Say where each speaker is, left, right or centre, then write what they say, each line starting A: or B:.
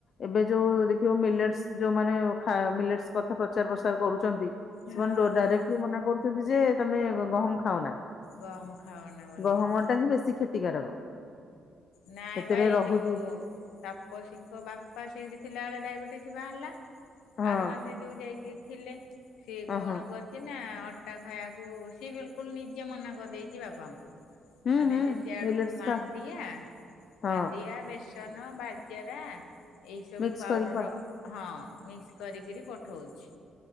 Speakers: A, on the left (about 55°); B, on the left (about 85°).
A: ଏବେ ଯୋଉ ଦେଖିବ ମିଲ୍ଟେସ୍ ଯୋଉମାନେ ଖା ମିଲ୍ଟେସ୍ କଥା ପ୍ରଚାର ପ୍ରସାର କରୁଛନ୍ତି।
B: ହଁ
A: ସେମାନେ ଡୋ
B: ହଁ
A: ଡାଇରେକ୍ଟଲି ମନା କରୁଛନ୍ତି ଯେ ତମେ ଗହମ ଖାଅନା।
B: ଗହମ ଖାଅନା ବୋଲି
A: ଗହମ
B: କିି।
A: ଟା ହିଁ ବେଶୀ କ୍ଷତିକାରକ।
B: ନାଇ
A: ସେଥିରେ
B: ବା ଏଇ
A: ରହୁଛି
B: ଯେଉଁ ତାପସୀଙ୍କ ବାପା ସେଇଠି ଥିଲା ବେଳେ ଡାଇବେଟିସ୍ ବାହାରିଲା।
A: ହଁ
B: ଆର ମାସେ ଯୋଉଁ ଯାଇକି ଥିଲେ। ସିଏ କଣ
A: ଅ ହଁ
B: କରିଛି ନା ଅଟା ଖାଇବାକୁ ସିଏ ବିଲକୁଲ ନିଜେ ମନା କରିଦେଇଛି ବାପାଙ୍କୁ।
A: ହୁଁ
B: ମାନେ
A: ହୁଁ
B: ସେ ସିଆଡୁ
A: ମିଲେଟ୍ସ
B: ମାଣ୍ଡିଆ
A: ଟା ହଁ
B: ମାଣ୍ଡିଆ, ବେସନ, ବାଜରା। ଏଇ ସବୁ
A: ମିକ୍ସ
B: ପାଉଡର
A: କରିକି ପା
B: ହଁ ମିକ୍ସ କରିକିରି ପଠଉଛି।